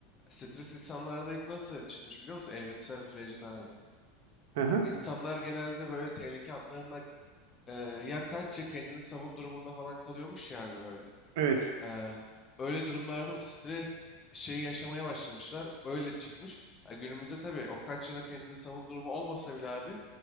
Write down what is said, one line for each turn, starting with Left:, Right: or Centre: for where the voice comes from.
Left: Stres insanlarda ilk nasıl çıkmış biliyor musun? Evrimsel sürecin abi.
Right: Hı hı.
Left: İnsanlar genelde böyle tehlike anlarında e, ya kaç ya kendini savun durumunda falan kalıyormuş ya abi böyle.
Right: Evet,
Left: Eee, öyle durumlarda bu stres şeyi yaşamaya başlamışlar. Öyle çıkmış. Ya günümüzde tabii o kaç yıla kendini savun durumu olmasa bile abi